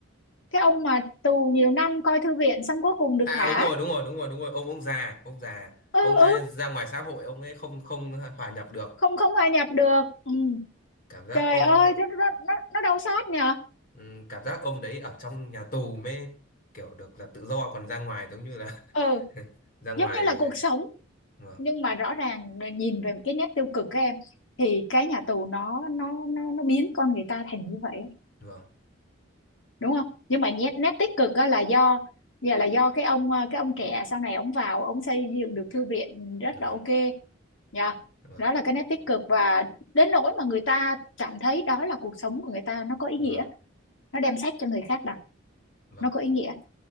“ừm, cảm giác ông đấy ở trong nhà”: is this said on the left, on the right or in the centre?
Left